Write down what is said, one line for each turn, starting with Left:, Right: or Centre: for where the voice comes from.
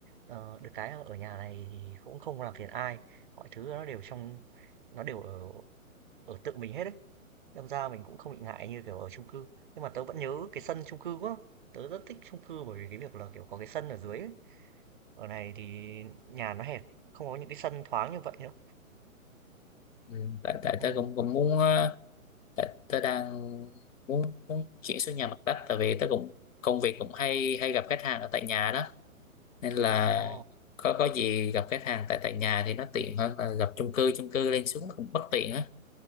Right: Ờ, được cái là ở nhà này thì cũng không làm phiền ai, mọi thứ nó đều trong nó đều ở ở tự mình hết ấy. Đâm ra mình cũng không bị ngại như, kiểu, ở chung cư. Nhưng mà tớ vẫn nhớ cái sân chung cư quá, tớ rất thích chung cư bởi vì cái việc là, kiểu, có cái sân ở dưới ấy. Ở này thì nhà nó hẹp, không có những cái sân thoáng như vậy nữa.
Left: Ừ, tại tại
Right: ừ
Left: tớ cũng cũng muốn Tại tớ đang muốn, muốn chuyển xuống nhà mặt đất tại vì tớ cũng công việc cũng hay hay gặp khách hàng ở tại nhà đó nên là
Right: ồ,
Left: có có gì gặp khách hàng tại tại nhà thì nó tiện hơn là gặp chung cư chung cư lên xuống nó cũng bất tiện á